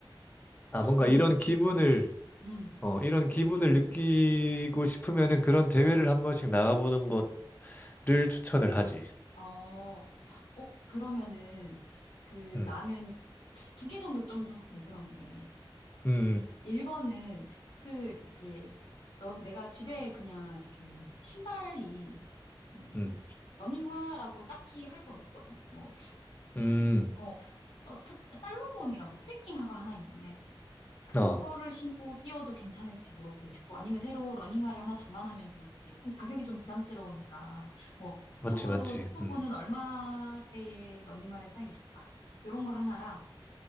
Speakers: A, on the left; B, on the left.
A: 아, 뭔가
B: 너무
A: 이런
B: 기분 좋겠다.
A: 기분을
B: 음,
A: 어, 이런 기분을 느끼고 싶으면은 그런 대회를 한 번씩 나가보는 것을 추천을 하지.
B: 어, 어, 그러면은, 그,
A: 음,
B: 나는 두 개 정도 좀 더 궁금한데,
A: 음,
B: 1번은 그 이렇게 런, 내가 집에 그냥 이렇게 신발이 음,
A: 음,
B: 러닝화라고 딱히 할 건 없거든. 뭐
A: 음,
B: 어, 어 타- 살로몬이라고 트레킹화가 하나 있는데 그거를
A: 어,
B: 신고 뛰어도 괜찮을지 물어보고 싶고 아니면 새로 러닝화를 하나 장만하면 좋을지. 그럼 가격이 좀 부담스러우니까 뭐
A: 맞지,
B: 적어도
A: 맞지.
B: 초보는
A: 음,
B: 얼마대의 러닝화를 사는 게 좋다. 요런 거 하나랑